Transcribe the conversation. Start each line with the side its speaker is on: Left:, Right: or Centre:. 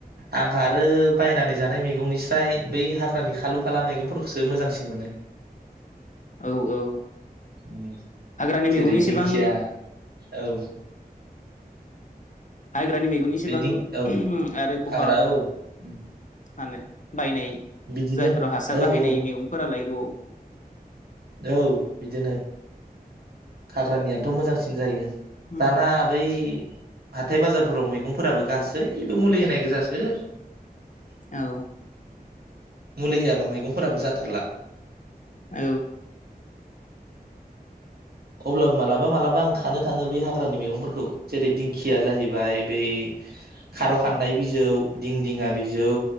Right: आंहा आरो बायनानै जानाय मैगंनि स्राय बै हाग्रानि खालु खाला मैगंफोरखौसो मोजांसिन मोनो।
Left: औ औ
Right: उम
Left: हाग्रानि
Right: जेरै
Left: मैगंनिसेबां
Right: दिंखिया औ
Left: हाग्रानि मैगं एसेबां
Right: बे दिं औ
Left: आरो बहा
Right: हाग्रा
Left: मा
Right: औ उम
Left: होनो बायनाय
Right: बिदिनो
Left: जायफोराव हासार
Right: औ
Left: बाहायनाय
Right: औ
Left: मैगंफोरालाय औ
Right: औ बिदिनो हाग्रानियानोथ' मोजांसिन जायो
Left: उम
Right: दाना बै हाथाय बाजारफोराव मैगंफोराबो गासैबो मुलि होनाय गोजासो।
Left: औ
Right: मुलि होयाबा मैगंफोराबो जाथारला
Left: औ
Right: अब्लाबो मालाबा मालाबा आं खानो थाङो बे हाग्रानि मैगंफोरखौ जेरै दिंखिया जाहैबाय बै खार' खान्दाय बिजौ दिंदिङा बिजौ